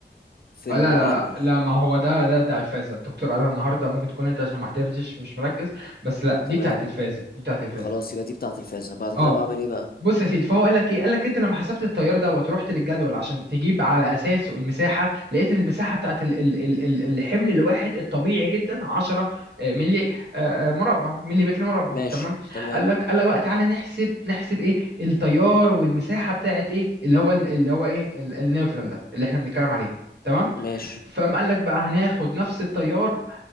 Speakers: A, on the left; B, on the right.
A: في
B: آه،
A: المعامل
B: لا لا لا لا ما هو ده ده ده الفازة الدكتور قالها النهارده ممكن تكون انت عشان ما حضرتش مش مركز بس لا دي
A: تمام
B: بتاعت الفازة دي بتاعت الفازة
A: خلاص يبقى دي بتاعة الفازة بعد
B: اه
A: كده بعمل ايه بقى
B: بص يا سيدي فهو قال لك ايه قال لك انت لما حسبت التيار دوت ورحت للجدول عشان تجيب على اساسه المساحه لقيت ان المساحه بتاعت ال ال ال ال- الحمل الواحد الطبيعي جدا 10 آه، ملي آه، آه، مربع مليمتر مربع
A: ماشي
B: تمام
A: تمام
B: قال لك قال لك بقى تعالى نحسب نحسب ايه التيار والمساحه بتاعت ايه اللي هو اللي هو ايه ال- النيوترال ده اللي احنا بنتكلم عليه تمام
A: ماشي
B: فقام قال لك بقى هناخد نفس التيار